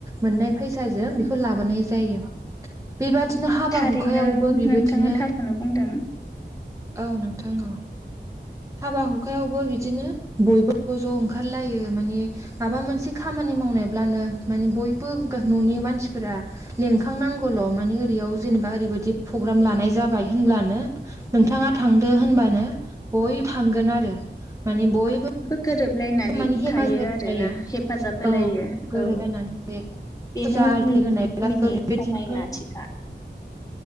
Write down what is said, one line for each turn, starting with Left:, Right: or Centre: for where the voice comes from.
Right: मोननाय फैसाजों बेखौ लाबोनाय जायो। जायो।
Left: <inaudible> <unintelligible>
Right: बेबादिनो हाबा
Left: थारैनो
Right: हुखायावबो बेबायदिनो
Left: नोंथाङा थारखौनो बुंदों
Right: औ नोंथां औ हाबा हुखायावबो बिदिनो बयबो ज' ज' ओंखारलायो मानि माबा मोनसे खामानि मावनायब्लानो माने बयबो न'नि मानसिफोरा लिंखांनांगौल' मानि ओरैयाव जेनेबा ओरैबायाददि प्रग्राम लानाय जाबाय होनब्लानो नोंथाङा थांदो होनबानो बय थांगोन आरो मानि बयबो
Left: गोरोबलायनानै
Right: माने हेफाजाब
Left: थायो आरोना
Right: जायो
Left: हेफाजाब होलायो
Right: औ गोरोबलायनानै
Left: औ बेनो
Right: फुजा आरि
Left: जोंनि
Right: होनायब्लाबो
Left: गामिनि
Right: बेबायदिनो
Left: समायनाथिखा